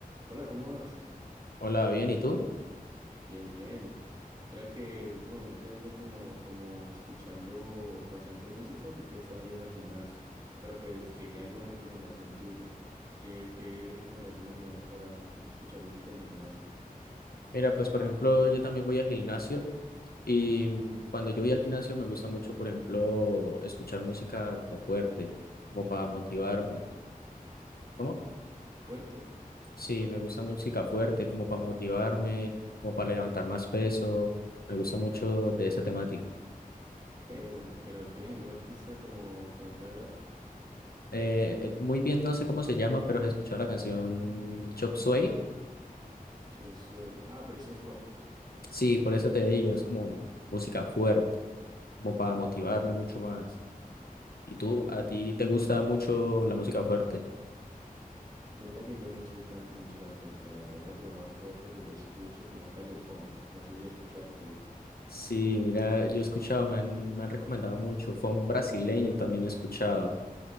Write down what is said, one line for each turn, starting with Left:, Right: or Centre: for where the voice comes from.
Right: Hola, ¿cómo vas?
Left: Hola, bien, ¿y tú?
Right: Bien, bien. Mira que últimamente ando como, como escuchando bastante música porque he estado yendo al gimnasio, pero pues quería alguna recomendación tuya. ¿Qué, qué recomendaciones me das para escuchar música en el gimnasio?
Left: Mira, pues por ejemplo, yo también voy al gimnasio y mm, cuando yo voy al gimnasio me gusta mucho, por ejemplo, escuchar música como fuerte, como para motivarme.
Right: Fuerte,
Left: ¿Cómo?
Right: fuerte,
Left: Sí, me gusta música fuerte, como para motivarme, como para levantar más peso. Me gusta mucho de esa temática.
Right: pero, pero ¿tienes algún artista como que me pueda dar?
Left: Eh, eh, muy bien, no sé cómo se llama, pero has escuchado la canción Chop Suey.
Right: Yo soy, ah, pero eso es rock.
Left: Sí, por eso te digo, es como música fuerte, como para motivarme mucho más. ¿Y tú?
Right: Oh,
Left: ¿A ti
Right: este,
Left: te gusta mucho la música fuerte?
Right: Pues mira que yo no soy tanto de música fuerte, la verdad. Mira que lo más fuerte que yo escucho como tal es funk. No sé si has escuchado el tema.
Left: Sí, mira, yo he escuchado, me han, me han recomendado mucho funk brasileño, también he escuchado.